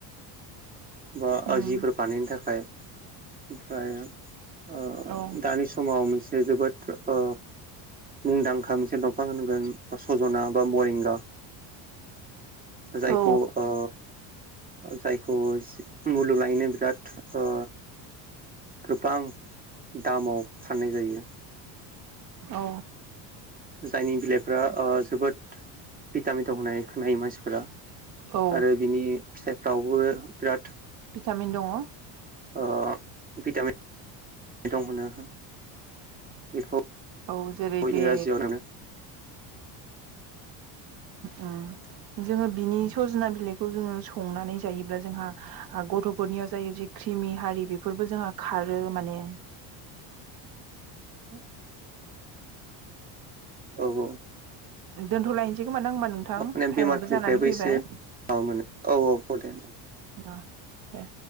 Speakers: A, on the right; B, on the right.
A: बा
B: उम
A: आजिफोर बानायनो थाखाय। ओमफ्राय ओ
B: औ
A: दानि समाव मोनसे जोबोद ओ मुंदांखा मोनसे दंफां होनगोन सजना बा मरेंगा। जायखौ
B: औ
A: ओ जायखौ मुलुग लायनो बिराद ओ गोबां दामाव फाननाय जायो।
B: औ।
A: जायनि बिलाइफ्रा ओ जोबोद भिटामिन दं होनाय खोनायो मानसिफोरा।
B: औ
A: आरो बिनि फिथाइफ्रावबो बिराद
B: भिटामिन दङ'
A: ओ भिटामिन दं होनो बेखौ
B: औ जेरै बे
A: इंराजियाव होनो
B: उम जोङो बिनि सजना बिलाइखौ जोङो संनानै जायोब्ला जोंहा गथ' गरनियाव जायो जे क्रिमि हारि बेफोरबो जोंहा खारो माने
A: बे औ औ
B: दोनथ'लायनोसै खोमा ना होमबा नोंथां
A: माने
B: टाइमाबो
A: बेमारफोरनिफ्रायबो
B: जानानै फैबाय
A: एसे औ मोनो औ औ ह दे।
B: दे